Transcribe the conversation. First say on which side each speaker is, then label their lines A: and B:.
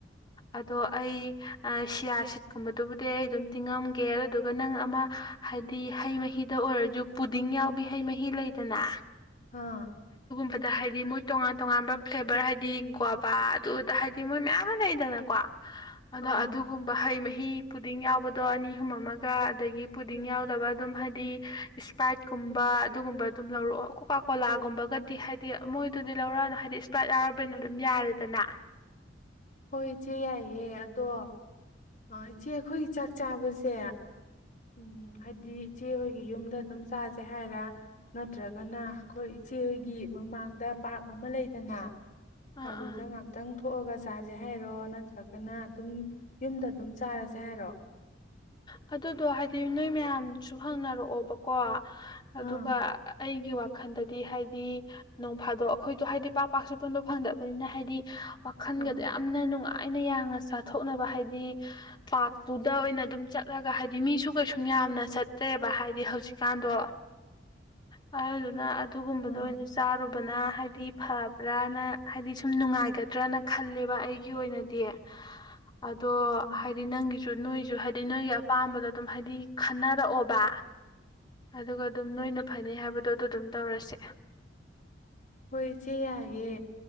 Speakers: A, on the left; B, on the left.
A: ꯑꯗꯣ ꯑꯩ ꯁꯤꯌꯥꯁꯤ ꯀꯨꯝꯕꯗꯨꯕꯨꯗꯤ ꯑꯩ ꯑꯗꯨꯝ ꯇꯤꯡꯉꯝꯒꯦ ꯑꯗꯨꯗꯨꯒ ꯅꯪ ꯑꯃ ꯍꯥꯏꯗꯤ ꯍꯩ ꯃꯍꯤꯗ ꯑꯣꯏꯔꯁꯨ ꯄꯨꯗꯤꯡ ꯌꯥꯎꯕꯤ ꯍꯩ ꯃꯍꯤ ꯂꯩꯗꯅ
B: ꯍꯥꯥ
A: ꯕꯗ ꯍꯥꯏꯗꯤ ꯃꯣꯏ ꯇꯣꯉꯥꯟ ꯇꯣꯉꯥꯟꯕ ꯐ꯭ꯂꯦꯕꯔ ꯍꯥꯏꯗꯤ ꯒ꯭ꯋꯥꯕꯥ ꯑꯗꯨꯗ ꯍꯥꯏꯗꯤ ꯃꯣꯏ ꯃꯌꯥꯝ ꯑꯃ ꯂꯩꯗꯅꯀꯣ ꯑꯗꯣ
B: ꯑꯥ
A: ꯑꯗꯨꯒꯨꯝꯕ ꯍꯩ ꯃꯍꯤ ꯍꯤ ꯄꯨꯗꯤꯡ ꯌꯥꯎꯕꯗꯣ ꯑꯅꯤ ꯑꯍꯨꯝ ꯑꯃꯒ ꯑꯗꯒꯤ ꯄꯨꯗꯤꯡ ꯌꯥꯎꯗꯕ ꯑꯗꯨꯝ ꯍꯥꯏꯗꯤ ꯏꯁꯄ꯭ꯔꯥꯏꯠꯀꯨꯝꯕ ꯑꯗꯨꯒꯨꯝꯕ ꯑꯗꯨꯝ ꯂꯧꯔꯛꯑꯣ ꯀꯣꯀꯥ ꯀꯣꯂꯥꯒꯨꯝꯕꯒꯗꯤ ꯍꯥꯏꯗꯤ ꯃꯣꯏꯗꯨꯗꯤ ꯂꯧꯔꯛꯑꯅꯨ ꯍꯥꯏꯗꯤ ꯏꯁꯄ꯭ꯔꯥꯏꯠ ꯌꯥꯎꯔꯕꯅꯤꯅ ꯑꯗꯨꯝ ꯌꯥꯔꯦꯗꯅ
B: ꯍꯣꯏ ꯏꯆꯦ ꯌꯥꯏꯌꯦ ꯑꯗꯣ ꯏꯆꯦ ꯑꯈꯣꯏꯒꯤ ꯆꯥꯛ ꯆꯥꯕꯁꯦ ꯎꯝ ꯍꯥꯏꯗꯤ ꯏꯆꯦꯍꯣꯏꯒꯤ ꯌꯨꯝꯗ ꯑꯗꯨꯝ ꯆꯥꯁꯩ ꯍꯥꯏꯔ ꯅꯠꯇ꯭ꯔꯒꯅ ꯑꯩꯈꯣꯏ ꯏꯆꯦꯍꯣꯏꯒꯤ ꯃꯃꯥꯡꯗ ꯄꯥꯔꯛ ꯑꯃ ꯂꯩꯗꯅ
A: ꯑꯥ
B: ꯑꯗꯨꯗ
A: ꯑꯥ
B: ꯉꯥꯛꯇꯪ ꯊꯣꯛꯑꯒ ꯆꯥꯁꯦ ꯍꯥꯏꯔꯣ ꯅꯠꯇ꯭ꯔꯒꯅ ꯑꯗꯨꯝ ꯌꯨꯝꯗ ꯑꯗꯨꯝ ꯆꯥꯔꯁꯦ ꯍꯥꯏꯔꯣ
A: ꯑꯗꯨꯗꯣ ꯍꯥꯏꯗꯤ ꯅꯣꯏ ꯃꯌꯥꯝ ꯁꯨ ꯍꯪꯅꯔꯛꯑꯣꯕꯀꯣ ꯑꯗꯨꯒ
B: ꯑꯥ
A: ꯑꯩꯒꯤ ꯋꯥꯈꯜꯗꯗꯤ ꯍꯥꯏꯗꯤ ꯅꯣꯡ ꯐꯥꯗꯣꯛ ꯑꯩꯈꯣꯏꯗꯣ ꯍꯥꯏꯗꯤ ꯄꯥꯛ ꯄꯥꯛꯁꯨ ꯄꯨꯟꯕ ꯐꯪꯗꯕꯅꯤꯅ ꯍꯥꯏꯗꯤ ꯋꯥꯈꯜꯒꯗꯣ
B: ꯑꯥ
A: ꯌꯥꯝꯅ ꯅꯨꯡꯉꯥꯏ ꯑꯩꯅ ꯌꯥꯡꯅ ꯆꯥꯊꯣꯛꯅꯕ ꯍꯥꯏꯗꯤ ꯄꯥꯔꯛꯇꯨꯗ ꯑꯣꯏꯅ ꯑꯗꯨꯝ ꯆꯠꯂꯒ ꯍꯥꯏꯗꯤ ꯃꯤꯁꯨ ꯀꯩꯁꯨꯝ ꯌꯥꯝꯅ ꯆꯠꯇ꯭ꯔꯦꯕ ꯍꯥꯏꯗꯤ ꯍꯧꯖꯤꯛꯀꯥꯟꯗꯣ ꯑꯗꯨꯗꯨꯅ ꯑꯗꯨꯒꯨꯝꯕꯗ
B: ꯑꯥ
A: ꯑꯣꯏꯅ ꯆꯥꯔꯨꯕ ꯐꯕꯅ ꯍꯥꯏꯕꯗꯤ ꯐꯕ꯭ꯔꯅ ꯍꯥꯏꯗꯤ ꯁꯨꯝ ꯅꯨꯡꯉꯥꯏꯒꯗ꯭ꯔꯅ ꯈꯜꯂꯦꯕ ꯑꯩꯒꯤ ꯑꯣꯏꯅꯗꯤ ꯑꯗꯣ
B: ꯑꯥ
A: ꯍꯥꯏꯗꯤ ꯅꯪꯒꯤ ꯅꯣꯏꯁꯨꯨ ꯍꯥꯏ ꯍꯥꯏꯗꯤ ꯅꯣꯏꯒꯤ ꯑꯄꯥꯝꯕꯗꯣ ꯑꯗꯨꯝ ꯍꯥꯏꯗꯤ ꯈꯟꯅꯔꯛꯑꯣꯕ ꯑꯗꯨꯒ ꯑꯗꯨꯝ ꯅꯣꯏꯅ ꯐꯅꯩ ꯍꯥꯏꯕꯗꯣ ꯑꯗꯨ ꯑꯗꯨꯝ ꯇꯧꯔꯁꯦ
B: ꯍꯣꯏ ꯏꯆꯦ ꯌꯥꯏꯌꯦ